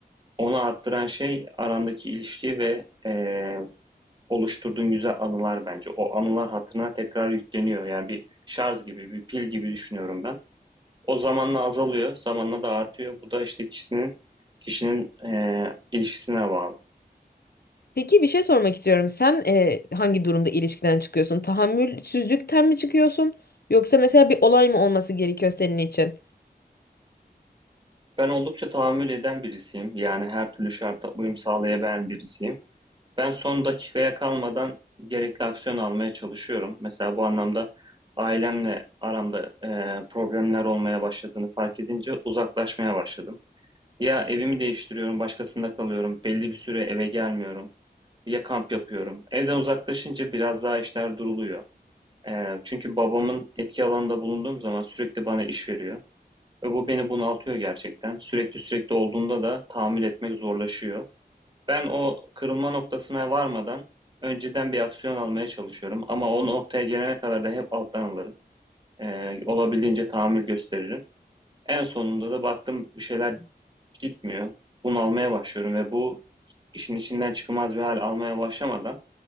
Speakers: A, on the right (about 30°); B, on the left (about 70°).
A: Onu arttıran şey arandaki ilişki ve e, oluşturduğun güzel anılar bence. O anılar hatırına tekrar yükleniyor. Yani bir şarj gibi, bir pil gibi düşünüyorum ben. O zamanla azalıyor, zamanla da artıyor. Bu da işte kişinin kişinin eee, ilişkisine bağlı.
B: Peki bir şey sormak istiyorum. Sen e, hangi durumda ilişkiden çıkıyorsun? Tahammülsüzlükten mi çıkıyorsun? Yoksa mesela bir olay mı olması gerekiyor senin için?
A: Ben oldukça tahammül eden birisiyim. Yani her türlü şarta uyum sağlayabilen birisiyim. Ben son dakikaya kalmadan gerekli aksiyon almaya çalışıyorum. Mesela bu anlamda ailemle aramda eee, problemler olmaya başladığını fark edince uzaklaşmaya başladım. Ya evimi değiştiriyorum, başkasında kalıyorum, belli bir süre eve gelmiyorum. Ya kamp yapıyorum. Evden uzaklaşınca biraz daha işler duruluyor. Ee, çünkü babamın etki alanında bulunduğum zaman sürekli bana iş veriyor. Ve bu beni bunaltıyor gerçekten. Sürekli sürekli olduğunda da tahammül etmek zorlaşıyor. Ben o kırılma noktasına varmadan önceden bir aksiyon almaya çalışıyorum. Ama o noktaya gelene kadar da hep alttan alırım. Ee, olabildiğince tahammül gösteririm. En sonunda da baktım bir şeyler Gitmiyor. Bunalmaya başlıyorum ve bu işin içinden çıkılmaz bir hal almaya başlamadan